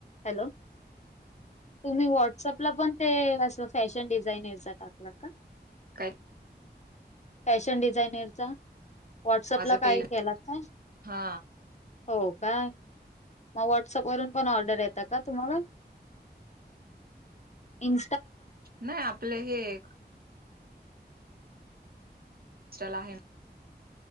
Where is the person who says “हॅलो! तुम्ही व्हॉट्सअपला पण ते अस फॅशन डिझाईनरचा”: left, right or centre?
Left